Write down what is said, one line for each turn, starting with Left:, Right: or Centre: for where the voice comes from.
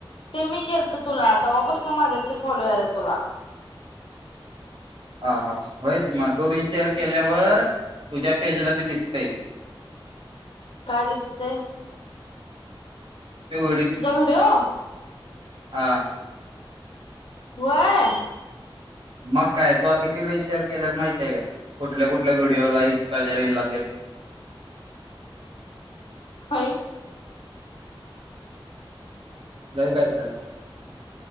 Left: ते मी केलत तुला तवापसन माझ्यातली फॉलो याल्यात तुला
Right: हा हा व्हईच म तू रिशेअर केल्यावर तुझ्या पेजला ते दिसतय.
Left: काय दिसतय?
Right: तो
Left: तुझा व्हिडिओ
Right: हां
Left: वय
Right: मग काय तू अ किती रि शेअर केल्यास माहितीय काय कुटल्या कुटल्या व्हिडिओला इनस्टाचा रिल ला तेन
Left: हैइ
Right: नाही काय काय